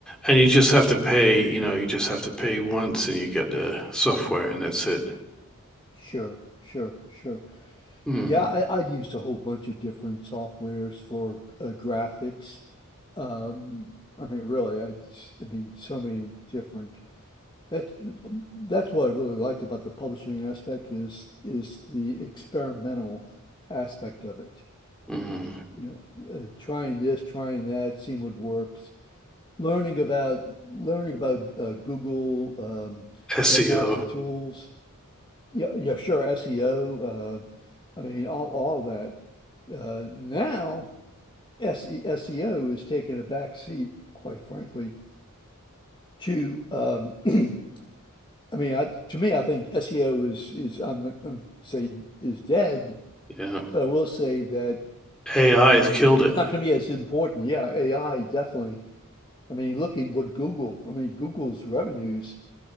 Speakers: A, in the centre; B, on the left.
A: And you just have to pay, you know, you just have to pay once and you get the software and that's it.
B: Sure. Sure. Sure.
A: Mm.
B: Yeah, I, I used a whole bunch of different softwares for uh, graphics. Um, I mean, really, I I mean, so many different. That that's what I really liked about the publishing aspect is is the experimental aspect of it.
A: Mm.
B: You know, uh, trying this, trying that, seeing what works. Learning about learning about uh, Google um,
A: SEO.
B: Webmaster Tools yeah, yeah, sure. SEO. Uh, I mean, all, all of that. Uh, now, SE, SEO is taking a back seat, quite frankly, to, um, <clears throat> I mean, I, to me, I think SEO is, is I'm not going to say is dead,
A: Yeah.
B: but I will say that
A: AI has killed
B: it's
A: it.
B: not going to be as important. Yeah, AI, definitely. I mean, look at what Google, I mean, Google's revenues